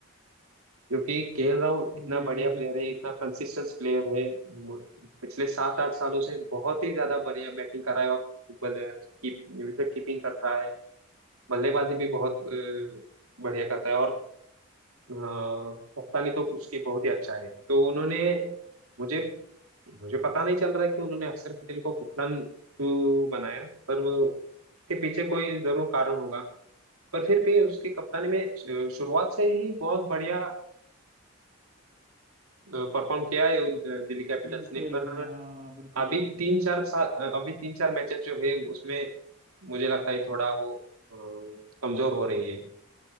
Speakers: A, on the right; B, on the right.
A: क्योंकि केएल राहुल इतना
B: जी
A: बढ़िया
B: जी
A: प्लेयर
B: बिल्कुल
A: है
B: बिल्कुल
A: इतना कंसिस्टेंट प्लेयर है मु- पिछले सात आठ सालों से बहुत ही ज्यादा बढ़िया बैटिंग कर रहा है और बल्ले- की, विकेट कीपिंग कर रहा है बल्लेबाजी भी बहुत अ, बढ़िया करता है और पता नहीं तो उसकी बहुत ही अच्छा है तो उन्होंने मुझे मुझे पता नहीं चल रहा है कि उन्होंने अक्षर पटेल को कप्तान क्यों बनाया पर वो उसके पीछे कोई जरूर कारण होगा पर फिर भी उसकी कप्तानी में शु- शुरुआत से ही बहुत बढ़िया परफॉर्म किया है उन- दिल्ली कैपिटल्स
B: टीम
A: ने
B: खेल
A: पर
B: रही है हाँ हाँ बिल्कुल
A: अभी
B: बिल्कुल
A: तीन चार सा- अभी तीन चार मैचेस जो है उसमें मुझे लगता है थोड़ा वो अ, कमजोर हो रही है